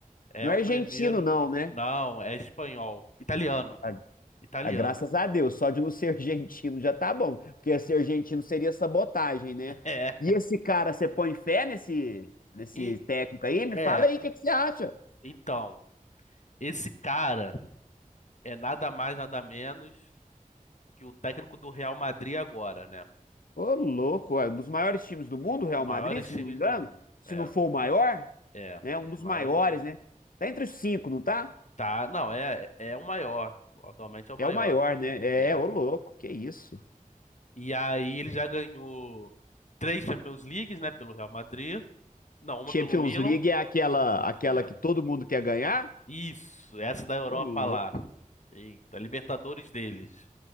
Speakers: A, on the left (about 60°); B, on the left (about 90°).
A: É
B: Não é
A: o
B: argentino,
A: primeiro.
B: não, né?
A: Não, é espanhol. Italiano.
B: Ah,
A: Italiano.
B: ah, graças a Deus, só de não ser <laughs> argentino já tá bom, porque ser argentino seria sabotagem, né?
A: <laughs> É.
B: E esse cara, você põe fé nesse, nesse
A: E,
B: técnico aí? Me
A: é,
B: fala aí, o que que você acha?
A: então, esse cara é nada mais, nada menos que o técnico do Real Madrid agora, né?
B: Ô, louco, é um dos maiores times do mundo, o Real
A: Maiores
B: Madrid, se
A: times
B: não me engano.
A: do mundo.
B: Se
A: É,
B: não for o maior,
A: é.
B: né? Um
A: Os
B: É. dos
A: maiores
B: maiores,
A: do mundo.
B: né? Tá entre os cinco, não tá?
A: Tá, não, é, é o maior. Atualmente é o maior.
B: É o maior, né?
A: É.
B: É, ô, louco, que isso.
A: E aí ele já ganhou três Champions Leagues, né, pelo Real Madrid. Não, uma
B: Champions
A: pelo Milan.
B: League é aquela, aquela
A: É.
B: que todo mundo quer ganhar?
A: Isso, essa da Europa
B: Ô, louco.
A: lá. Eita, Libertadores deles.